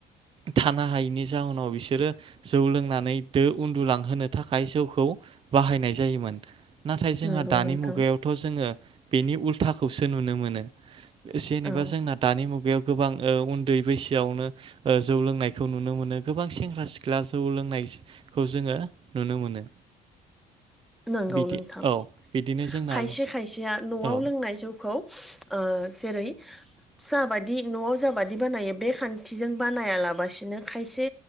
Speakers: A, on the right (about 30°); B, in the centre.
A: थानो हायैनि जाउनाव बिसोरो जौ लोंनानै दो उन्दुलांहोनो थाखाय जौखौ बाहायनाय जायोमोन। नाथाय जोंहा
B: नंगौ
A: दानि
B: नोंथां
A: मुगायावथ' जोङो बेनि उल्थाखौसो नुनो मोनो। जेनेबा
B: औ
A: जोंना दानि मुगायाव गोबां ओ उन्दै बैसोआवनो ओ जौ लोंनायखौ नुनो मोनो, गोबां सेंग्रा सिख्ला जौ लोंनाय खौ जोङो नुनो मोनो।
B: नंगौ
A: बिदि
B: नों थां।
A: औ बिदिनो जोंना
B: खायसे
A: ज-
B: खायसेया न'आव
A: औ
B: लोंनाय जौखौ ओ जेरै
A: ज <unintelligible>
B: जाबादि न'आव जाबादि बानायो बे खान्थिजों बानायालाबसिनो खायसे